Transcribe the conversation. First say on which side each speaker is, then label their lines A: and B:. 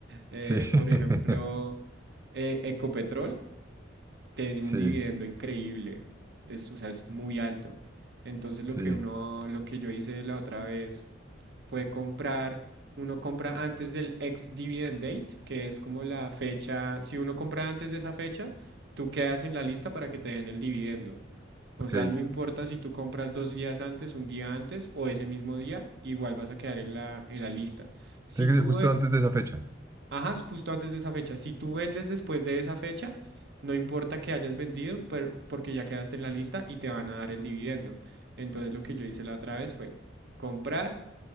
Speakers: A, on the right (about 60°); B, on the right (about 15°).
A: Eh,
B: sí, <laughs>
A: por ejemplo, eh, Ecopetrol. tiene
B: sí,
A: un dividendo increíble. Es, o sea, es muy alto. Entonces
B: sí.
A: lo que uno, lo que yo hice la otra vez fue comprar, uno compra antes del ex dividend date, que es como la fecha, si uno compra antes de esa fecha, tú quedas en la lista para que te den el dividendo. O
B: Ok.
A: sea, no importa si tú compras dos días antes, un día antes o ese mismo día, igual vas a quedar en la, en la lista. Si
B: Tiene
A: tú
B: que ser justo
A: eh,
B: antes de esa fecha.
A: Ajá, es justo antes de esa fecha. Si tú vendes después de esa fecha, no importa que hayas vendido, per- porque ya quedaste en la lista y te van a dar el dividendo. Entonces lo que yo hice la otra vez fue comprar